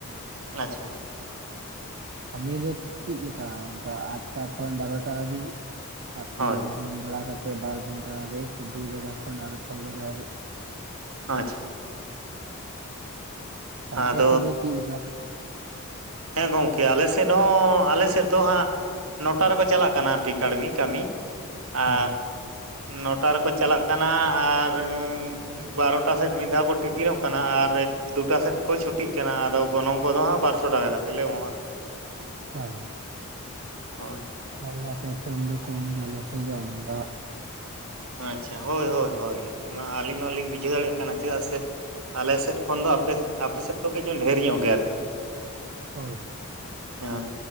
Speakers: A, on the right (about 65°); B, on the right (about 50°).
A: ᱟᱪᱷᱟ᱾
B: ᱠᱟᱹᱢᱤ ᱫᱚ ᱪᱤᱜ ᱞᱮᱠᱟ ᱚᱱᱠᱟ ᱟᱴᱴᱟ ᱠᱷᱚᱱ ᱵᱟᱨᱚᱴᱟ ᱦᱟᱹᱵᱤᱜ, ᱟᱼᱯᱷᱤᱨ
A: ᱦᱳᱭ
B: ᱡᱚᱢ ᱵᱟᱲᱟ ᱠᱟᱛᱮ ᱵᱟᱨ ᱜᱷᱚᱱᱴᱟ ᱨᱮᱥ ᱫᱩ ᱵᱟᱡᱟᱜ ᱠᱷᱚᱱ ᱟᱨᱚ ᱪᱷᱚ ᱵᱟᱡᱟᱜ ᱦᱟᱹᱨᱤᱜ᱾
A: ᱚ ᱟᱪᱪᱷᱟ᱾
B: ᱟᱯᱮ
A: ᱟᱫᱚ
B: ᱥᱮ ᱫᱚ ᱪᱤᱜ ᱞᱮᱠᱟ?
A: ᱦᱮᱸ ᱜᱚᱝᱠᱮ ᱟᱞᱮ ᱥᱮᱫ ᱦᱚᱸ ᱟᱞᱮ ᱥᱮᱫ ᱫᱚ ᱦᱟᱸᱜ ᱱᱚᱴᱟ ᱨᱮᱠᱚ ᱪᱟᱞᱟᱜ ᱠᱟᱱᱟ ᱟᱨᱠᱤ ᱠᱟᱬᱢᱤ ᱠᱟᱹᱢᱤ᱾ ᱟᱨ
B: ᱦᱳᱭ
A: ᱱᱚᱴᱟ ᱨᱮᱠᱚ ᱪᱟᱞᱟᱜ ᱠᱟᱱᱟ, ᱟᱨ ᱟᱸᱻ ᱵᱟᱨᱚᱴᱟ ᱥᱮᱫ ᱢᱤᱫ ᱫᱷᱟᱣ ᱠᱚ ᱴᱤᱯᱷᱤᱱᱚᱜ ᱠᱟᱱᱟ, ᱟᱨ ᱮᱠ ᱫᱩᱴᱟ ᱥᱮᱛ ᱠᱚ ᱪᱷᱩᱴᱤᱜ ᱠᱟᱱᱟ ᱟᱫᱚ ᱜᱚᱱᱚᱝ ᱠᱚᱫᱚ ᱦᱟᱸᱜ ᱵᱟᱨ ᱥᱚ ᱴᱟᱠᱟ ᱠᱟᱛᱮᱫ ᱞᱮ ᱮᱢᱚᱜᱼᱟ᱾
B: ᱦᱮᱸ᱾
A: ᱦᱳᱭ
B: ᱟᱞᱮ ᱟᱯᱮ ᱥᱮᱱ ᱫᱚ ᱠᱚᱢ ᱜᱮᱭᱟ ᱟᱞᱮ ᱥᱮ ᱫᱚ ᱟᱢᱫᱟ᱾
A: ᱟᱸᱪᱪᱷᱟ ᱦᱳᱭ ᱦᱳᱭ ᱦᱳᱭ ᱤᱧᱢᱟ ᱟᱹᱞᱤᱧ ᱢᱟᱞᱤᱧ ᱵᱩᱡᱷᱟᱹᱣ ᱫᱟᱲᱮᱭᱟᱜ ᱠᱟᱱᱟ, ᱪᱮᱫᱟᱜ ᱥᱮ ᱟᱞᱮ ᱥᱮᱫ ᱠᱷᱚᱱ ᱫᱚ ᱟᱯᱮ ᱥᱮᱫ ᱟᱯᱮ ᱥᱮᱫ ᱫᱚ ᱠᱟᱹᱡ ᱰᱷᱮᱨ ᱧᱚᱜ ᱜᱮ ᱟᱨᱠᱤ᱾
B: ᱦᱳᱭ ᱦᱳᱭ᱾
A: ᱦᱮᱸ,